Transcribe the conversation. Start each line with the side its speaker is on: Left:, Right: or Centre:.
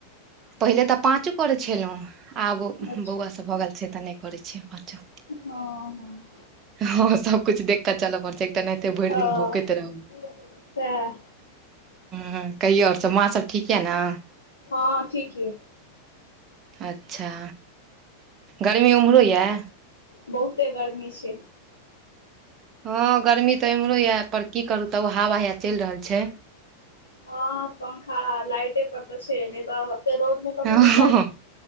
Right: पहिले तऽ पाँचु करैत छेलौ आब ओ
Left: अच्छा
Right: बौआसब भऽ गेल छै तऽ नहि करै छियै पाँचो।
Left: हँ हँ
Right: हँ सबकुछ देख कऽ चलऽ पड़ै छै एक तऽ एनाहिते भरि
Left: हँ
Right: दिन भूकैत रहू
Left: सएह
Right: ह कहियौ ओर सब माँसब ठीक यए न।
Left: हँ ठीक यै
Right: अच्छा गर्मी ओम्हरो येऽ
Left: बहुते गर्मी छैए
Right: हँ गर्मी तऽ एम्हरो येऽ पर की करू तब हवा हया चलि रहल छै
Left: हँ पंखा आ लाइटे पर तऽ छै नहि तऽ एते रौद मे कतौ
Right: हँ
Left: निकाइल
Right: हँ,